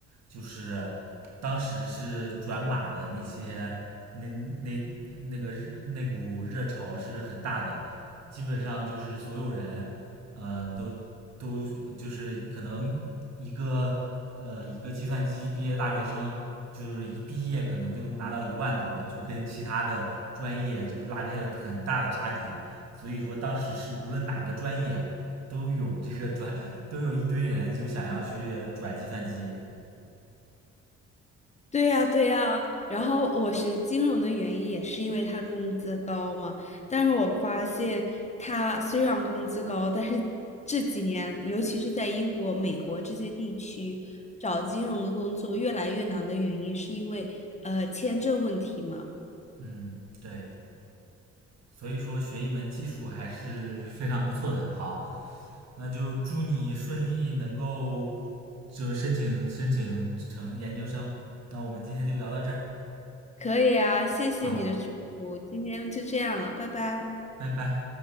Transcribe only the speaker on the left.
对呀，对呀，然后我学金融的原因也是因为他工资高嘛，但是我发现他虽然工资高，但是这几年，尤其是在英国、美国这些地区，找金融的工作越来越难的原因，是因为呃签证问题嘛。
可以啊，谢谢你的祝福，
今天就这样了，拜拜。